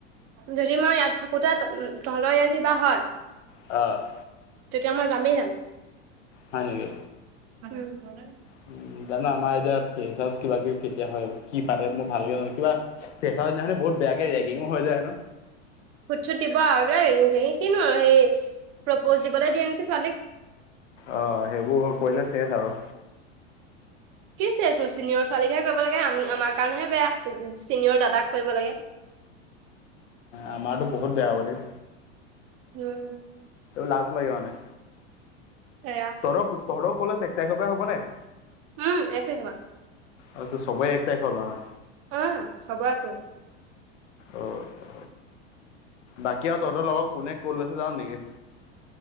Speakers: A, on the right; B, on the left.
A: যদি মই ইয়াত থাকোতে তহঁলৰ ইয়াত কিবা হয়।
B: অহ।
A: তেতিয়া মই যামেই যাম।
B: হয় নেকি।
A: অ <unintelligible>
B: উ জানা আমাৰ এতিয়া ফ্ৰেছাৰ্ছ কিবা কিবি কেতিয়া হয়, কি পাতে, মোৰ ভালকে ন কিবা ফ্ৰেছাৰ্ছ দিনাখন বহুত বেয়াকে ৰেগিং ওঁ হয় জাই হেনো।
A: খুটছুট দিব আৰু ৰেঙিং চেঙি কিনো আৰু সেই প্ৰপ'জ দিবলৈ দিয়ে নেকি ছোৱালীক।
B: অ সেইবোৰ কৰিলে শেষ আৰু।
A: কি শেষ চিনিয়ৰ ছোৱালীকহে কৰিব লাগে আমিমাৰ কাৰেহে বেয়া চিনিয়ৰ দাদাক কৰিব লাগে।
B: আমাৰতো বহুত বেয়া হব দে।
A: উম
B: লাছ লাগে মানে।
A: সেয়া।
B: তৰক তহৰক কলেজ এক তাৰিখৰ পৰা হব নাই।
A: উম এক তাৰিখৰ পৰা।
B: আৰু সবৰেই এক তাৰিখৰ পৰা অ।
A: উম চবৰ এক তাৰিখ।
B: অ অ বাকী আৰু তহঁতৰ লগৰ কোনে ক'ত লৈছে যান নেকি?